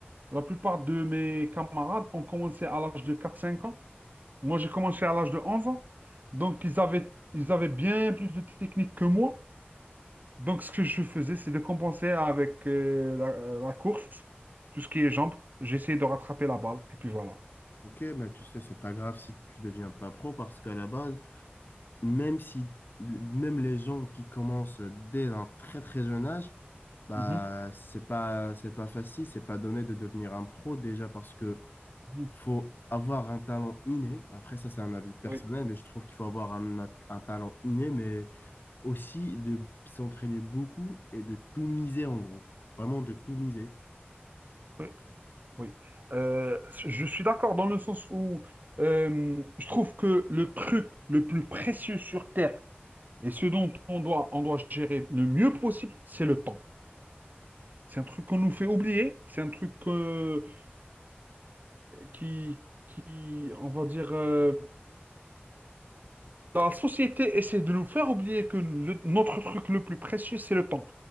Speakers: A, on the right; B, on the left.
A: La plupart de mes camarades ont commencé à l'âge de quatre cinq ans. Moi, j'ai commencé à l'âge de 11 ans. Donc, ils avaient, ils avaient bien plus de technique que moi. Donc, ce que je faisais, c'est de compenser avec euh, la, euh, la course, tout ce qui est jambes. J'essayais de rattraper la balle, et puis voilà.
B: Ok, mais tu sais, c'est pas grave si tu deviens pas pro parce qu'à la base, même si même les gens qui commencent dès un très très jeune âge, bah
A: Mhm.
B: c'est pas c'est pas facile, c'est pas donné de devenir un pro déjà parce que
A: Mhm.
B: faut avoir un talent inné. Après, ça, c'est un avis personnel,
A: Oui.
B: mais je trouve qu'il faut avoir un, at- un talent inné, mais aussi de s'entraîner beaucoup et de tout miser, en gros. Vraiment de tout miser.
A: Oui, oui. Euh, je suis d'accord dans le sens où euh, je trouve que le truc le plus précieux sur Terre et ce dont on doit, on doit gérer le mieux possible, c'est le temps. C'est un truc qu'on nous fait oublier, c'est un truc euh, qui, qui, on va dire, euh, La société essaie de nous faire oublier que le- notre truc le plus précieux, c'est le temps.